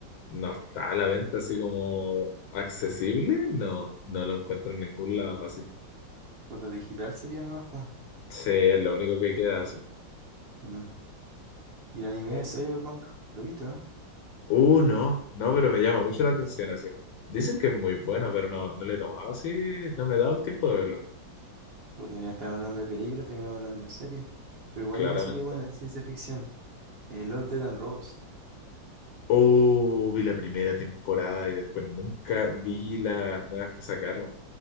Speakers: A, on the left (about 80°); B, on the right (about 40°).
A: no está a la venta así como accesible. No, no lo encuentro en ningún lado así.
B: Foto digital sería nomás, pues.
A: Sí, es lo único que queda así.
B: Mm. Y el anime
A: Mm.
B: de Cyberpunk, ¿lo viste, no?
A: Uh, no, no, pero me llama mucho
B: Ah,
A: la atención así. Dicen que es muy bueno, pero no, no le he tomado así, no me he dado el tiempo de verlo,
B: Puta, ya estaba hablando de películas, terminamos hablando de series. Pero igual
A: claramente.
B: hay una serie buena de ciencia ficción, eh, Love, Death and Robots.
A: Oh, vi la primera temporada y después nunca vi las nuevas que sacaron.